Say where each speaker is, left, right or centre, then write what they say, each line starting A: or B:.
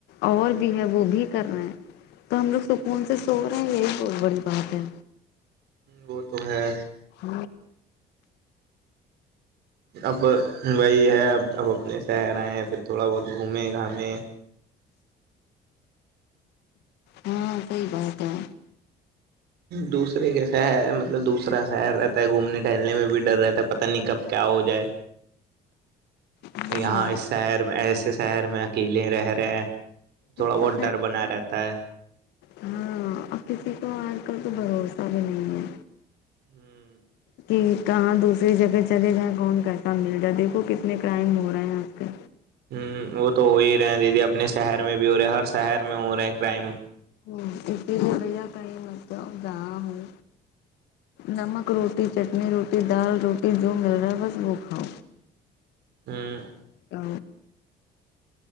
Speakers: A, on the left; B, on the right.
A: اور بھی ہے وہ بھی کر رہے ہیں تو ہم لوگ سکون سے سو رہے ہیں یہی بہت بڑی بات ہے
B: وہ تو ہے
A: ہ
B: اب وہی ہے اب اب اپنے شہر آئے پھر تھوڑا بہت گھومے گھامے
A: ہاں کوئی بات ہے
B: دوسرے کے شہر مطلب دوسرا شہر رہتا ہے گھومنے ٹہلنے میں بھی ڈر رہتا ہے پتاہ نہیں کب کیا ہو جائے
A: ہاں
B: یہاں
A: آج
B: اس شہر میں ایسے شہر میں اکیلے رہ رہے ہیں تھوڑا بہت
A: پس
B: ڈر بنا رہتا ہے ہ
A: ہاں اور کسی کو آج کل تو بھروسہ بھی نہیں ہے
B: ہوں
A: کہ کہاں دوسری جگہ چلے جائیں کون کیسا مل رہا دیکھو کتنے کرائم ہو رہا ہیں آج کل
B: ہوں وہ تو ہو ہی رہے ہیں دیدی اپنے شہر میں بھی ہو رہے ہر شہر میں ہو رہے ہیں کرائم
A: ہ اٹی رہیا کہیں متؤ گا ہوں نمک روٹی چٹنی روٹی دال روٹی جو مل رہا ہے بس وہ کھاؤ
B: ہوں
A: ہ